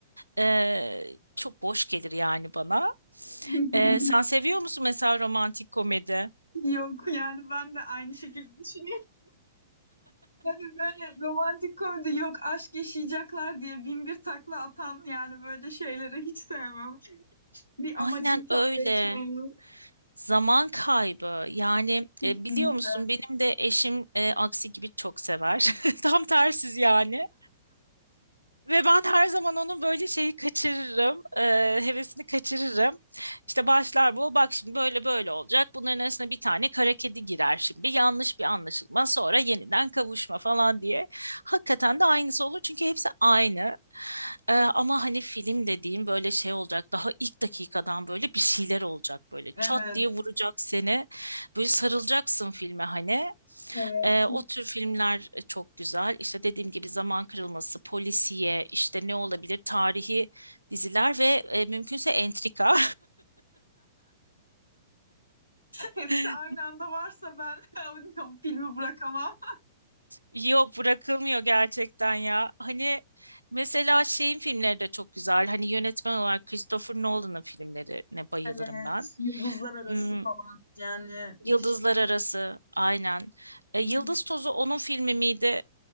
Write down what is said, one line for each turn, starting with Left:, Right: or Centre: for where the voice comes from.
Right: Ee, çok boş gelir yani bana.
Left: <laughs>
Right: Ee, sen seviyor musun mesela romantik komedi?
Left: Yok yani ben de aynı şekilde düşünüyorum. <laughs> Hani böyle romantik komedi yok aşk yaşayacaklar diye bin bir takla atan yani böyle şeyleri hiç sevmem. Bir
Right: Aynen
Left: amaca hitap
Right: öyle.
Left: etmeyen.
Right: Zaman kaybı. Yani
Left: Kesinlikle.
Right: e, biliyor musun benim de eşim e, aksi gibi çok sever. <laughs> Tam tersiz yani. Ve ben her zaman onun böyle şeyi kaçırırım, eee, hevesini kaçırırım. İşte başlar bu, bak şimdi böyle böyle olacak. Bunların arasına bir tane kara kedi girer şimdi. Yanlış bir anlaşılma, sonra yeniden kavuşma falan diye. Hakikaten de aynısı olur çünkü hepsi aynı. Eee, ama hani film dediğim böyle şey olacak. Daha ilk dakikadan böyle bir şeyler olacak böyle.
Left: Evet.
Right: Çat diye vuracak seni. Böyle sarılacaksın filme hani.
Left: Evet.
Right: Ee, o tür filmler e, çok güzel. İşte dediğim gibi zaman kırılması, polisiye, işte ne olabilir tarihi diziler ve e, mümkünse entrika.
Left: Hepsi
Right: <laughs>
Left: aynı anda varsa ben <laughs> filmi bırakamam.
Right: Yok bırakılmıyor gerçekten ya. Hani mesela şeyin filmleri de çok güzel. Hani yönetmen olarak Christopher Nolan'ın filmlerine bayılırım
Left: Evet,
Right: ben.
Left: yıldızlar arası
Right: Hmm,
Left: falan yani müthiş.
Right: Yıldızlar
Left: bir
Right: Arası aynen.
Left: film.
Right: E, Yıldız Tozu onun filmi miydi?